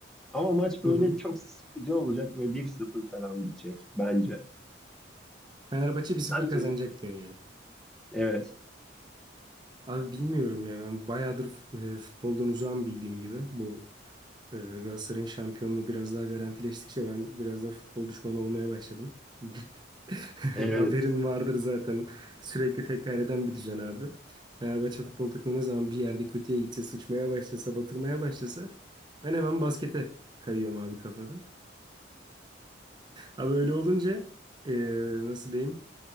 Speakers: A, in the centre; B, on the right (about 25°).
A: Ama maç böyle
B: Hı hı.
A: çok sıkıcı olacak ve bir sıfır falan bitecek bence.
B: Fenerbahçe 1-0
A: Bence.
B: kazanacak diyorsun yani.
A: Evet.
B: Abi bilmiyorum ya ben bayağıdır e, futboldan uzağım bildiğin gibi. Bu Ee, Galatasaray'ın şampiyonluğu biraz daha garantileştikçe ben biraz da futbol düşmanı olmaya başladım. <laughs>
A: Evet.
B: Haberin vardır zaten. Sürekli tekrar eden bir düzen abi. Fenerbahçe futbol takımı ne zaman bir yerde kötüye gitse, sıçmaya başlasa, batırmaya başlasa ben hemen baskete kayıyorum abi kafada. Abi öyle olunca ee, nasıl diyeyim?